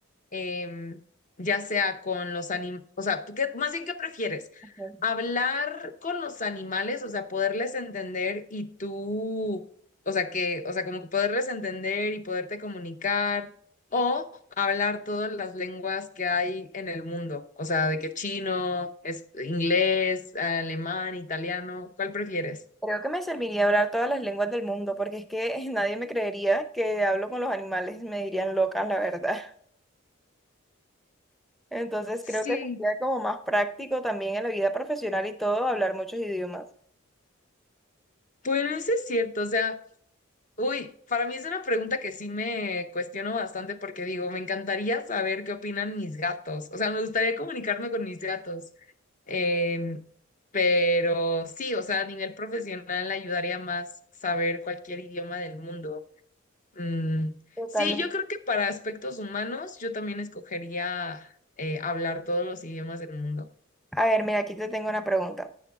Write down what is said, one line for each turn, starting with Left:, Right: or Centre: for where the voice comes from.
Left: em, ya sea con los animales, o sea, ¿qué- más bien, ¿qué prefieres?
Centre: ujú,
Left: Hablar con los animales, o sea, poderles entender y tú, o sea, que, o sea, como que poderles entender y poderte comunicar, o hablar todas las lenguas que hay en el mundo, o sea, de que chino, es inglés, alemán, italiano, ¿cuál prefieres?
Centre: creo que me serviría hablar todas las lenguas del mundo, porque es que <laughs> nadie me creería que hablo con los animales, me dirían loca, la verdad. <laughs> Entonces
Left: Sí,
Centre: creo que sería como más práctico también en la vida profesional y todo, hablar muchos idiomas.
Left: pues no es cierto, o sea, Uy, para mí es una pregunta que sí me cuestiono bastante porque digo, me encantaría saber qué opinan mis gatos. O sea, me gustaría comunicarme con mis gatos. Em, pero sí, o sea, a nivel profesional ayudaría más saber cualquier idioma del mundo. Mm,
Centre: Totalmente.
Left: sí, yo creo que para aspectos humanos yo también escogería eh, hablar todos los idiomas del mundo.
Centre: A ver, mira, aquí te tengo una pregunta.